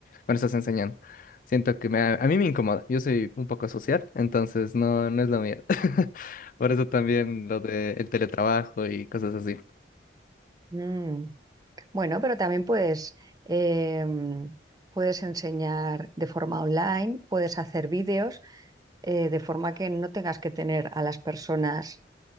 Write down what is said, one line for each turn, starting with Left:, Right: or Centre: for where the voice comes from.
Left: cuando estás enseñando. Siento que me, a mí me incomoda, yo soy un poco social, entonces no, no es lo mío. <laughs> Por eso también lo del teletrabajo y cosas así.
Right: Mm. Bueno, pero también puedes, em, puedes enseñar de forma online, puedes hacer vídeos. eh, de forma que no tengas que tener a las personas